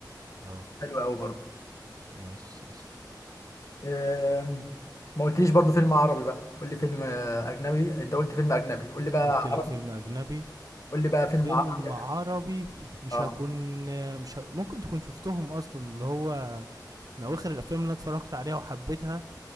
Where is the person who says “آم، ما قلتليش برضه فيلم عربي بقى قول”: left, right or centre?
Left